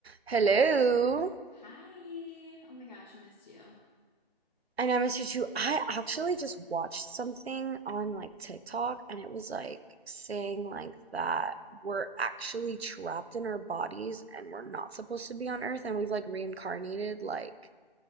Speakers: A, on the right; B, on the left.
A: Hello.
B: Hi. Oh my gosh, I missed you.
A: I know, I miss you too. I actually just watched something on like TikTok and it was like saying like that we're actually trapped in our bodies and we're not supposed to be on Earth and we've like reincarnated like